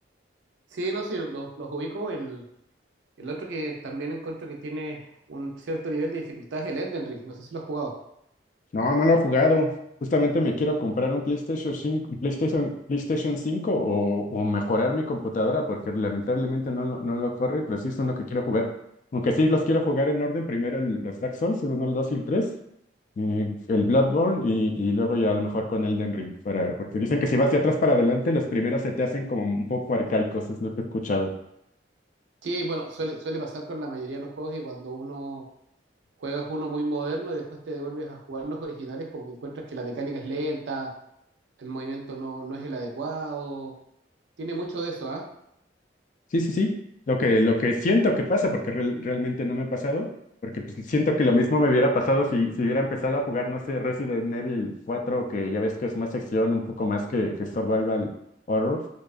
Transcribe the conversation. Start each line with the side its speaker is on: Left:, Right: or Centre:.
Right: Sí, no, sí, los, los ubico. El, el otro que también encuentro que tiene un cierto nivel de dificultad es el Elden Ring. No sé si lo has jugado.
Left: No, no lo he jugado. Justamente me quiero comprar un PlayStation 5, un PlayStation, PlayStation 5 o, o mejorar mi computadora porque lamentablemente no lo, no lo corre, pero sí es uno que quiero jugar. Aunque sí los quiero jugar en orden, primero el- los Dark Souls, el uno el 2 y el 3 y el Bloodborne y, y luego ya a lo mejor con Elden Ring, para, porque dicen que si vas de atrás para adelante, los primeros se te hacen como un poco arcaicos, es lo que he escuchado.
Right: Sí, bueno, suele, suele pasar con la mayoría de los juegos que cuando uno juegas uno muy moderno y después te devuelves a jugar los originales, como que encuentras que la mecánica es lenta, el movimiento no, no es el adecuado Tiene mucho de eso, ¿ah?
Left: Sí, sí, sí. Lo que, lo que siento que pasa, porque real- realmente no me ha pasado, porque pues, siento que lo mismo me hubiera pasado si, si hubiera empezado a jugar, no sé, Resident Evil cuatro que ya ves que es más acción, un poco más que, que survival horror.